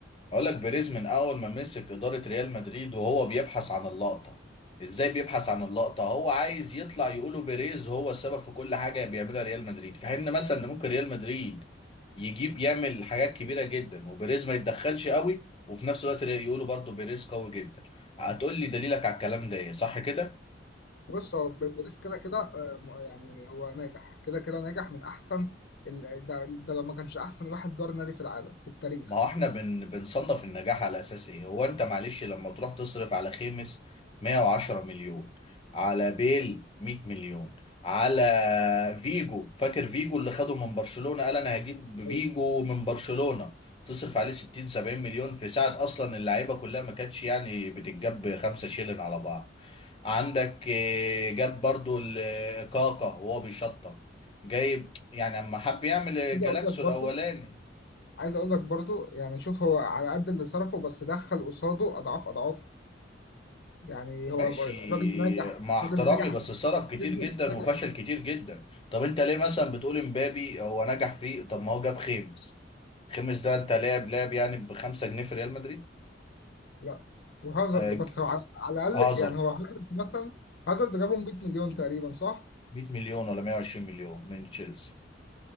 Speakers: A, on the left (about 30°); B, on the left (about 60°).
A: اقول لك بيريز من اول ما مسك اداره ريال مدريد وهو بيبحث عن اللقطه ازاي بيبحث عن اللقطه هو عايز يطلع يقولوا بيريز هو السبب في كل حاجه بيعملها ريال مدريد في حين مثلا ان ممكن ريال مدريد يجيب يعمل حاجات كبيره جدا وبيريز ما يتدخلش قوي وفي نفس الوقت يقولوا برضو بيريز قوي جدا هتقول لي دليلك على الكلام ده ايه صح كده
B: بص هو بيدرس كده كده آه، م- يعني هو ناجح كده كده ناجح من احسن ال- ده, ده لو ما كانش احسن واحد دار نادي في العالم في التاريخ
A: ما هو احنا بن بنصنف النجاح على اساس ايه هو انت معلش لما تروح تصرف على خيمس 110 مليون على بيل 100 مليون على فيجو فاكر فيجو اللي خده من برشلونة قال انا هجيب
B: ايوه
A: فيجو من برشلونة تصرف عليه 60 70 مليون في ساعة اصلا اللعيبة كلها ما كانتش يعني بتتجاب خمسة شيلن على بعض عندك آه، جاب برضو ال- كاكا وهو بيشطب جايب يعني اما حب يعمل الجالاكسو
B: عايز اقول لك برضو
A: الاولاني
B: عايز اقول لك برضو يعني شوف هو على قد اللي صرفه بس دخل قصاده اضعاف اضعاف يعني
A: ماشي
B: هو بقى- راجل ناجح
A: مع احترامي
B: راجل ناجح
A: بس صرف كتير
B: ابن
A: جدا
B: ناجح
A: وفشل كتير جدا طب انت ليه مثلا بتقول امبابي هو نجح فيه طب ما هو جاب خيمس خيمس ده انت لاعب لاعب يعني بخمسة جنيه في ريال مدريد
B: لا وهازارد
A: آه
B: بس هو على على الاقل
A: هازارد
B: يعني هو هازارد مثلا هازارد جابهم 100 مليون تقريبا صح؟
A: 100 مليون ولا 120 مليون من تشيلسي